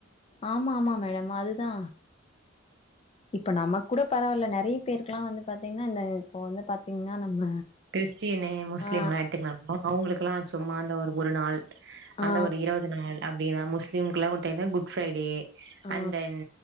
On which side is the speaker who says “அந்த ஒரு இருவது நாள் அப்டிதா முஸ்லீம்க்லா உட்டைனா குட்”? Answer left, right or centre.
Right